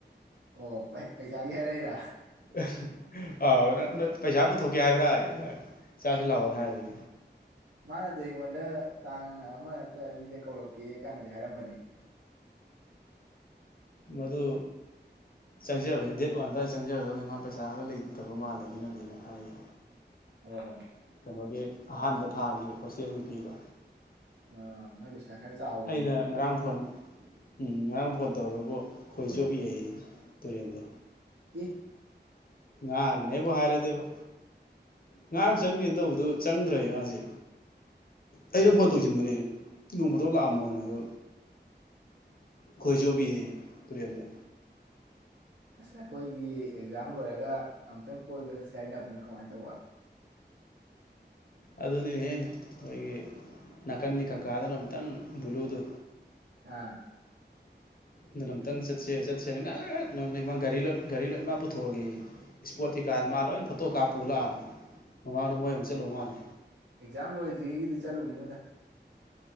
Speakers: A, on the right; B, on the left.
A: ꯑꯣ ꯄꯩꯁꯥ ꯒꯤ ꯍꯥꯏꯔꯛꯏꯔꯥ
B: <unintelligible> ꯄꯩꯁꯥ ꯄꯨꯊꯣꯛꯀꯦ ꯍꯥꯏꯕ꯭ꯔꯥ ꯑꯩ ꯆꯥꯁꯤ ꯂꯥꯛꯑꯣꯅꯦ ꯍꯥꯏꯔꯤ
A: ꯃꯥꯅꯗꯤ ꯑꯩꯉꯣꯟꯗ ꯇꯥꯡ ꯑꯃ ꯅꯠꯇ꯭ꯔ ꯑꯅꯤꯗ ꯀꯧꯔꯛꯀꯦ ꯀꯥꯟꯅꯗꯤ ꯍꯥꯏꯔꯝꯕꯅꯤ
B: ꯃꯗꯨ ꯆꯪꯖꯕꯥꯁꯦ ꯗꯦꯠ ꯋꯥꯟ ꯑꯗꯨꯋꯥꯏꯗ ꯆꯪꯖꯒꯗꯧꯅꯤ ꯃꯥ ꯄꯩꯁꯥ ꯈꯔ ꯂꯩꯇꯕ ꯃꯥꯜꯂꯦ ꯑꯗꯨꯅꯅꯦ ꯍꯥꯏꯌꯦ
A: ꯑꯣ
B: ꯀꯩꯅꯣꯒꯤ ꯑꯍꯥꯟꯕ ꯊꯥꯒꯤ ꯍꯣꯁꯇꯦꯜꯒꯤ ꯐꯤꯗꯣ
A: ꯑꯣ ꯃꯣꯏ ꯄꯩꯁꯥ ꯈꯔ ꯆꯥꯎꯕꯅꯤꯅꯦ
B: ꯑꯩꯅ ꯉꯔꯥꯡ ꯐꯣꯟ ꯎꯝ ꯉꯔꯥꯡ ꯐꯣꯟ ꯇꯧꯔꯨꯕꯨ ꯈꯣꯏꯆꯣꯞꯄꯤ ꯍꯥꯏꯌꯦ ꯇꯨꯔꯦꯟꯗ
A: ꯏ
B: ꯉꯥꯒꯤꯅꯦ ꯑꯩꯕꯨ ꯍꯥꯏꯔꯗꯦꯕ ꯉꯥꯔꯥꯪ ꯆꯪꯅꯤꯅ ꯇꯧꯕꯗꯨ ꯆꯪꯗ꯭ꯔꯦ ꯃꯥꯁꯦ ꯑꯩꯅ
A: ꯎꯝ
B: ꯐꯣꯟ ꯇꯧꯁꯤꯟꯕꯅꯦ ꯅꯣꯡꯃꯗꯧ ꯂꯥꯛꯑꯝꯃꯣꯅ ꯑꯗꯣ ꯈꯣꯏ ꯆꯣꯞꯄꯤꯌꯦꯌꯦ ꯇꯨꯔꯦꯜꯗ
A: ꯑꯁ ꯑꯩꯈꯣꯏꯒꯤ ꯑꯦꯛꯖꯥꯝ ꯂꯣꯏꯔꯒ ꯑꯃꯨꯛꯇꯪ ꯀꯣꯏꯕ ꯆꯠꯁꯦ ꯍꯥꯏꯅꯕꯗꯨꯅ ꯀꯃꯥꯏꯅ ꯇꯧꯕ
B: ꯑꯗꯨꯅꯤꯅꯦꯍꯦ ꯑꯩꯈꯣꯏꯒꯤ ꯅꯥꯀꯟꯒꯤ ꯀꯀꯥꯗꯨꯅ ꯑꯨꯛꯇꯪ ꯕꯨꯂꯨꯗꯨ
A: ꯑꯥ
B: ꯑꯗꯨꯅ ꯑꯃꯝꯛꯇꯪ ꯆꯠꯁꯦ ꯆꯠꯁꯦꯅ ꯉꯥꯏꯅ ꯉꯥꯡꯅꯤ ꯃꯥ ꯒꯥꯔꯤ ꯒꯥꯔꯤ ꯂꯣꯏꯅ ꯃꯥ ꯄꯨꯊꯣꯛꯑꯒꯦ ꯏꯁꯄꯣꯠ ꯀꯩꯀꯥ ꯃꯥ ꯂꯣꯏꯅ ꯐꯣꯇꯣ ꯀꯥꯞ ꯄꯨ ꯂꯥꯛꯑꯕꯅꯤ ꯃꯃꯥꯡꯗ ꯃꯣꯏ ꯑꯃꯨꯛ ꯆꯠꯂꯣ ꯃꯥꯜꯂꯦ
A: ꯑꯦꯛꯖꯥꯝ ꯂꯣꯏꯗ꯭ꯔꯤꯉꯩꯒꯤꯗꯤ ꯆꯠꯂꯨꯒꯤꯅꯣꯗ